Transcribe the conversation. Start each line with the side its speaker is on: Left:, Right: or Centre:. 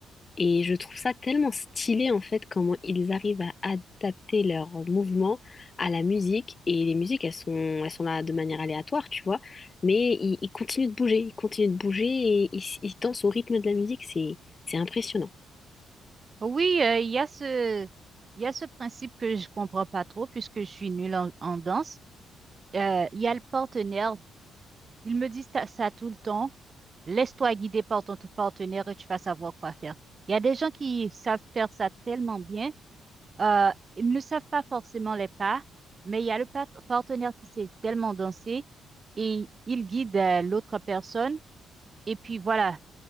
Left: Et je trouve ça tellement stylé en fait comment ils arrivent à adapter leurs mouvements à la musique. Et les musiques, elles sont, elles sont là de manière aléatoire, tu vois. Mais ils, ils continuent de bouger, ils continuent de bouger et ils, ils dansent au rythme de la musique. C'est, c'est impressionnant.
Right: Oui, euh, il y a ce, il y a ce principe que je comprends pas trop puisque je suis nulle en, en danse. Euh, il y a le partenaire. Ils me disent ta- ça tout le temps. Laisse-toi guider par ton ton partenaire et tu vas savoir quoi faire. Il y a des gens qui savent faire ça tellement bien. Euh, ils ne savent pas forcément les pas, mais il y a le pat- partenaire qui sait tellement danser et il guide euh, l'autre personne. Et puis voilà,